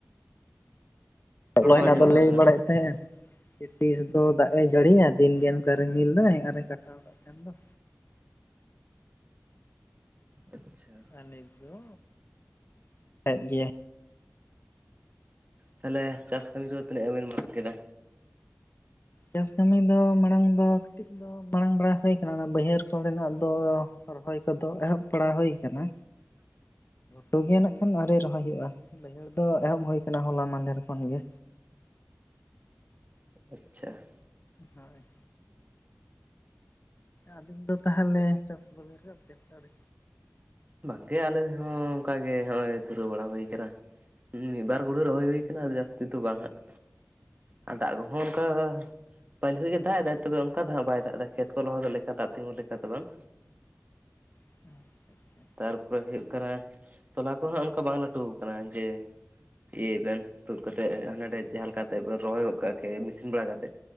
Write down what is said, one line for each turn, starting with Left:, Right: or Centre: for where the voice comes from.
Left: <unintelligible>
Right: ᱨᱚᱲ ᱵᱟᱝ ᱟᱸᱡᱚᱢᱚᱜ
Left: ᱫᱚ
Right: ᱠᱟᱱ
Left: ᱞᱟᱹᱭ
Right: ᱛᱟᱵᱮᱱᱟ
Left: ᱵᱟᱲᱟᱭᱮᱫ ᱛᱟᱦᱮᱸᱱᱮ ᱛᱤᱥ ᱫᱚ ᱫᱟᱜ ᱮ ᱡᱟᱹᱲᱤᱭᱟ ᱫᱤᱱᱜᱮ ᱱᱮᱛᱟᱨ ᱨᱤᱢᱤᱞ ᱫᱟᱭ ᱟᱨ ᱮ ᱠᱟᱴᱟᱣ ᱫᱚ।
Right: ᱟᱪᱪᱷᱟ᱾
Left: ᱟᱨ ᱱᱤᱛ ᱫᱚ ᱮᱫ ᱜᱮᱭᱟᱼᱼ
Right: ᱛᱟᱦᱚᱞᱮ ᱪᱟᱥ ᱠᱟᱹᱢᱤ ᱫᱚ ᱛᱤᱱᱟᱹᱜ ᱵᱮᱱ ᱢᱟᱲᱟᱝ ᱠᱮᱫᱟ᱾
Left: ᱪᱟᱥ ᱠᱟᱹᱢᱤ ᱫᱚ ᱢᱟᱲᱟᱝ ᱫᱚ ᱠᱟᱹᱴᱤᱡ ᱫᱚ ᱢᱟᱲᱟᱝ ᱵᱟᱲᱟ ᱦᱩᱭ ᱠᱟᱱᱟ ᱚᱱᱟ ᱵᱟᱹᱭᱦᱟᱹᱲ ᱠᱚᱨᱮᱱᱟᱜ ᱫᱚ ᱨᱚᱦᱚᱭ ᱠᱚᱫᱚ ᱮᱦᱚᱵ ᱵᱟᱲᱟ ᱦᱩᱭᱩ ᱟᱠᱟᱱᱟ।
Right: ᱦᱩ <unintelligible>
Left: ᱵᱟᱹᱭᱦᱟᱹᱲ ᱱᱟᱜᱠᱷᱟᱱ ᱟᱣᱨᱤ ᱨᱚᱦᱚᱭ ᱦᱩᱭᱩᱜᱼᱟ ᱵᱟᱹᱭᱦᱟᱹᱲ ᱫᱚ ᱮᱦᱚᱵ ᱦᱩᱭ ᱟᱠᱟᱱᱟ ᱦᱚᱞᱟ ᱢᱟᱫᱷᱮᱨ ᱠᱷᱚᱱᱜ ᱜᱮ
Right: ᱟᱪᱪᱷᱟ᱾
Left: ᱦᱳᱭ᱾ ᱟᱹᱵᱤᱱ ᱫᱚ ᱛᱟᱦᱚᱞᱮ ᱪᱟᱥ ᱠᱚᱫᱚ ᱵᱤᱱ ᱨᱟᱠᱟᱵ ᱠᱮᱜᱼᱟ ᱥᱮ ᱟᱣᱨᱤ?
Right: ᱵᱟᱝᱜᱮ ᱟᱞᱮ ᱦᱚᱸ ᱚᱱᱠᱟ ᱜᱮ ᱱᱚᱜᱼᱚᱭ ᱫᱷᱩᱨᱟᱹᱣ ᱵᱟᱲᱟ ᱦᱩᱭ ᱠᱟᱱᱟ। ᱢᱤᱫ ᱵᱟᱨ ᱜᱩᱲᱩ ᱨᱚᱦᱚᱭ ᱦᱩᱭᱩ ᱠᱟᱱᱟ ᱡᱟᱹᱥᱛᱤ ᱫᱚ ᱵᱟᱝ ᱦᱟᱸᱜ ᱟ ᱫᱟᱜ ᱠᱚᱦᱚᱸ ᱚᱱᱠᱟᱼᱼ ᱯᱟᱹᱦᱤ ᱜᱮ ᱫᱟᱜ ᱮᱫᱟ ᱛᱚᱵᱮ ᱚᱱᱠᱟ ᱫᱚᱦᱟᱸᱜ ᱵᱟᱭ ᱫᱟᱜ ᱮᱫᱟ ᱠᱷᱮᱛ ᱠᱚ ᱞᱚᱦᱚᱫᱚᱜ ᱞᱮᱠᱟ ᱫᱟᱜ ᱛᱤᱸᱜᱩ ᱞᱮᱠᱟ ᱫᱚ ᱵᱟᱝ
Left: <unintelligible> ᱟᱪᱪᱷᱟ ᱟᱪᱪᱷᱟ
Right: ᱛᱟᱨᱯᱚᱨᱮ ᱦᱩᱭᱩᱜ ᱠᱟᱱᱟ ᱛᱚᱞᱟ ᱠᱚᱦᱚᱸ ᱚᱱᱠᱟ ᱵᱟᱝ ᱞᱟᱹᱴᱩ ᱠᱟᱱᱟ ᱡᱮᱼᱼ ᱤᱭᱟᱹᱭ ᱵᱮᱱ ᱛᱩᱫ ᱠᱟᱛᱮᱜ ᱦᱟᱸᱰᱮ <unintelligible> ᱱᱟᱰᱮ ᱡᱟᱦᱟᱸ ᱞᱮᱠᱟᱛᱮ ᱵᱮᱱ ᱨᱚᱦᱚᱭ ᱜᱚᱫ ᱠᱟᱜᱼᱟ ᱢᱮᱥᱤᱱ ᱵᱟᱲᱟ ᱠᱟᱛᱮᱜ᱾